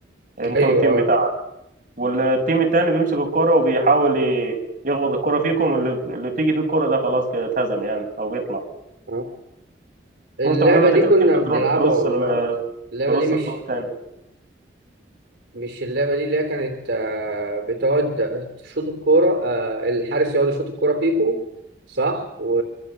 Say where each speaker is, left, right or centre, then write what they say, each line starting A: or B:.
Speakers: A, on the right; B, on the right.
A: انت
B: ايوه
A: والتيم بتاعك والتيم التاني بيمسك الكرة وبيحاول ي- يخبط الكرة فيكم اللي اللي بتيجي فيه الكرة ده خلاص كده اتهزم يعني او بيطلع
B: آه. اللعبه
A: وانت مهمتك
B: دي
A: انك
B: كنا
A: انت
B: بنلعبها
A: تروح ترص
B: والله
A: ال
B: اللعبه
A: ترص
B: دي مش
A: الطوب تاني
B: مش اللعبة دي اللي هي كانت آه، بتقعد تشوط الكورة آه، الحارس يقعد يشوط الكورة فيكو صح و...